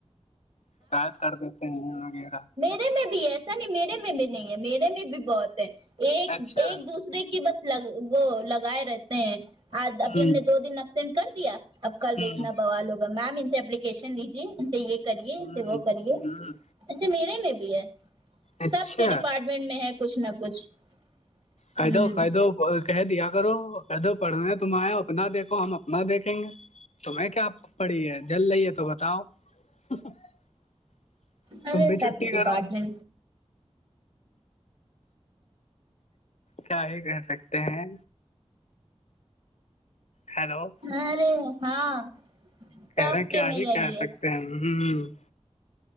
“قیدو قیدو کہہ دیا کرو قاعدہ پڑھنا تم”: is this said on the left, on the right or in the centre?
Left